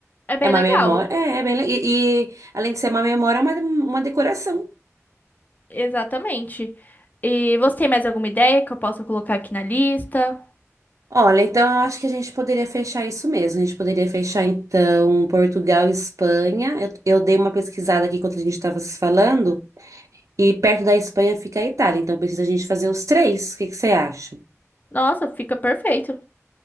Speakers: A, on the left; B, on the right.
A: É bem
B: é uma
A: legal.
B: memória, é, é bem legal. E, e, além de ser uma memória, é uma, uma decoração.
A: Exatamente. E você tem mais alguma ideia que eu possa colocar aqui na lista?
B: Olha, então eu acho que a gente poderia fechar isso mesmo. A gente poderia fechar, então, Portugal e Espanha. Eu, eu dei uma pesquisada aqui enquanto a gente estava se falando, e perto da Espanha fica a Itália, então precisa a gente fazer os três. O que que você acha?
A: Nossa, fica perfeito.